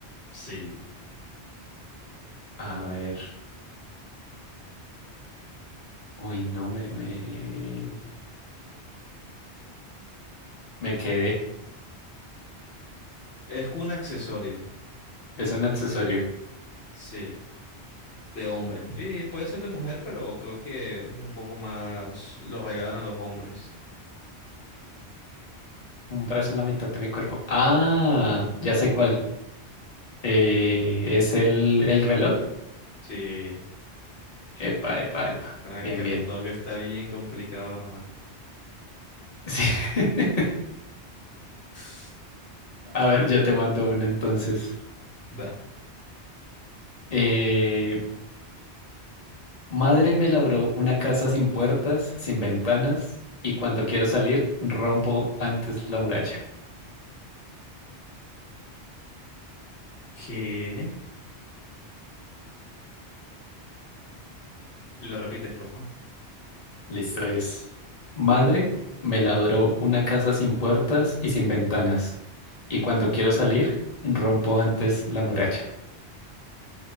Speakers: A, on the left; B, on the left.
A: Sí,
B: A ver. Uy, no, me, me, me quedé.
A: es un accesorio
B: Es un accesorio.
A: Sí. de hombre. Y puede ser de mujer, pero creo que un poco más lo regalan a los hombres.
B: Un brazo en la mitad de mi cuerpo. Ah, ya sé cuál. Eh, ¿es el, el reloj?
A: Sí.
B: Epa, epa, epa.
A: Ah, es
B: Bien,
A: que el
B: bien.
A: reloj está bien complicado de armar.
B: <laughs> Sí.
A: <sighs>
B: A ver, yo te mando uno entonces.
A: Va.
B: Eh, madre me labró una casa sin puertas, sin ventanas, y cuando quiero salir, rompo antes la muralla.
A: ¿Qué? ¿Lo repites, por favor?
B: Listo es. Madre me labró una casa sin puertas y sin ventanas, y cuando quiero salir, rompo antes la muralla.